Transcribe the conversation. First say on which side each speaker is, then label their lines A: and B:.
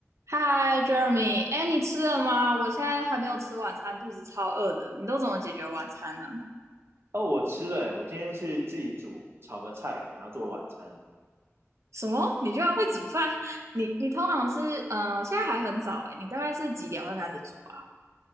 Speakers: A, on the right (about 70°); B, on the right (about 50°).
A: 嗨，Jeremy，哎，你吃了吗？我现在还没有吃晚餐，肚子超饿的。你都怎么解决晚餐呢、
B: 哦，我吃了欸，我今天是自己煮炒个菜，然后做晚餐。
A: 什么？你居然会煮饭？<laughs> 你你通常是嗯，现在还很早哎，你大概是几点会开始煮啊？